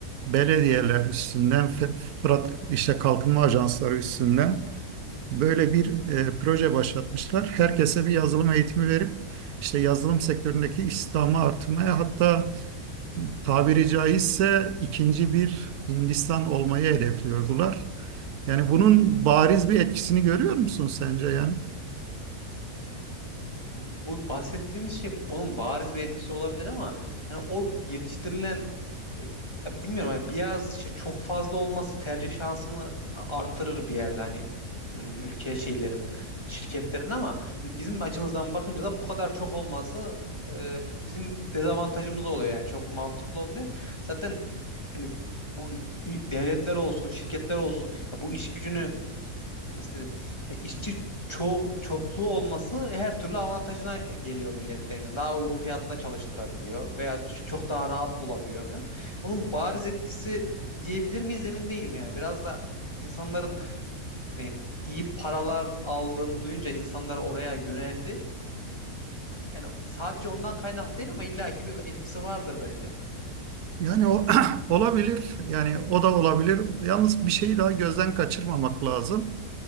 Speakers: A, on the right; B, on the left.
A: belediyeler
B: Evet.
A: üstünden, F- Fırat işte kalkınma ajansları üstünden Böyle bir e, proje başlatmışlar. Herkese bir yazılım eğitimi verip işte yazılım sektöründeki istihdamı artırmaya hatta tabiri caizse ikinci bir Hindistan olmayı hedefliyordular. Yani bunun bariz bir etkisini görüyor musun sence yani?
B: bu bahsettiğimiz şey bunun bariz bir etkisi olabilir ama hani o yetiştirilen e, ya bilmiyorum hani biraz şey çok fazla olması tercih şansını a- artırır bir yerde hani m, ülke şeylerin şirketlerin ama hani bizim açımızdan bakınca da bu kadar çok olması e, bizim dezavantajımız oluyor yani çok mantıklı olmuyor. Zaten hani bu ü- devletler olsun, şirketler olsun ya bu iş gücünü nasıl diyeyim e, işçi ço çokluğu olması her türlü avantajına geliyor milletlerin. Yani daha uygun fiyatla çalıştırabiliyor veya ç- çok daha rahat bulabiliyor falan. Onun bariz etkisi diyebilir miyiz emin değilim yani. Biraz da insanların hani iyi paralar aldığını duyunca insanlar oraya yöneldi. Yani sadece ondan kaynaklı değil ama illaki bir etkisi vardır bence.
A: Yani o <clears throat> olabilir. Yani o da olabilir. Yalnız bir şeyi daha gözden kaçırmamak lazım.